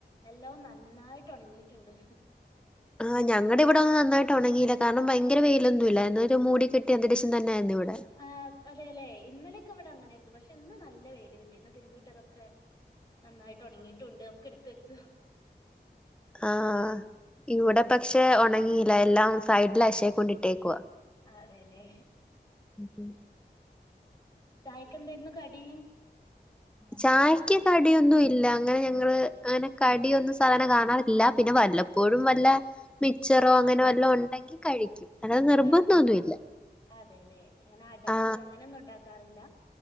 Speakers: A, on the left (about 25°); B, in the centre.
A: എല്ലോം നന്നായിട്ട് ഉണങ്ങിട്ടുണ്ട്
B: ആ ഞങ്ങടെ ഇവിടെ ഒന്ന് നന്നായിട്ട് ഒണങ്ങിയില്ല കാരണം ഭയങ്കര വെയിലൊന്നുല്ല എന്നൊരു മൂട കെട്ടി അന്തരീക്ഷം തന്നെയായിരുന്നു ഇവിടെ
A: ആ അതെ അല്ലെ ഇന്നലെയൊക്കെ ഇവിടെ അങ്ങനേരുന്നു പക്ഷെ ഇന്ന് നല്ല വെയില് കിട്ടി ഇന്ന് തിരുമ്പിട്ടതൊക്കെ നന്നായിട്ട് ഉണങ്ങിട്ടുണ്ട് ഒക്കെ എടുത്ത വെച്ചു
B: ആ ഇവിടെ പക്ഷെ ഒണങ്ങില്ല എല്ലാം സൈഡിൽ അഷേ കൊണ്ടിട്ടേക്കുവ
A: അതെല്ലേ
B: ഉം
A: ചായക്കെന്താരുന്നു കടി
B: ചായക്ക് കടിയൊന്നും ഇല്ല അങ്ങനെ ഞങ്ങള് അങ്ങനെ കടിയൊന്നും സാധാരണ കാണാറില്ല പിന്ന വ വല്ലപ്പോഴും വല്ല മിച്ചറോ അങ്ങനെ വല്ല ഒണ്ടെങ്കി കഴിക്കും അങ്ങന നിർബന്ധോന്നു
A: ആഹ്
B: ല്ല
A: അതേല്ലേ. ഇങ്ങനെ അടകള്
B: ആ
A: അങ്ങനെയൊന്നും ഉണ്ടാക്കാറില്ല?